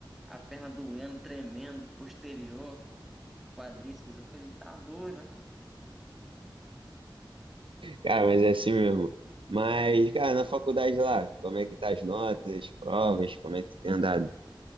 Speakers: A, in the centre; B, on the right.
A: A perna doendo, tremendo, posterior, quadríceps. Eu falei, tá doido. rapaz.
B: Cara, mas é assim mesmo. Mas, cara, na faculdade lá, como é que tá as notas, provas, como é que tu tem andado?